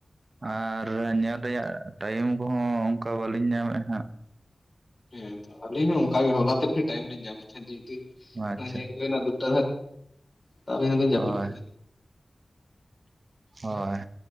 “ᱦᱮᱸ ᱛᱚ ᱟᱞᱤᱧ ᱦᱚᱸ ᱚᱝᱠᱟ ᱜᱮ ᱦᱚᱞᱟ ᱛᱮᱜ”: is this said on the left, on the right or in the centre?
Left